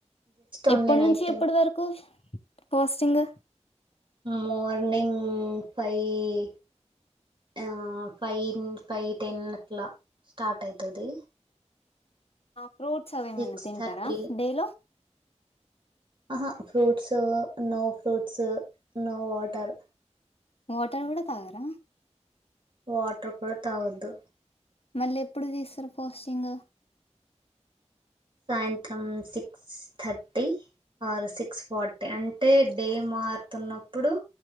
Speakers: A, on the right; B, on the left.
A: ఓన్లీ
B: ఎప్పటి
A: నైట్
B: నుంచి
A: టైం
B: ఎప్పటి వరకు పోస్టింగ్
A: మోర్నింగ్ ఫైవ్ ఆ ఫైవ్ ఫైవ్ టెన్ అట్లా స్టార్ట్ అయితాది
B: ఫ్రూట్స్ అవి ఏమైనా
A: సిక్స్
B: తింటారా
A: థర్టీ
B: డేలో
A: ఆహా fruits no fruits no water
B: water కూడా తాగార
A: వాటర్ కూడా తాగొద్దు
B: మళ్ళీ ఎప్పుడు తీస్తారు పోస్టింగ్
A: సాయంత్రం సిక్స్ థర్టీ ఆ సిక్స్ ఫార్టీ అంటే డే మారుతున్నప్పుడు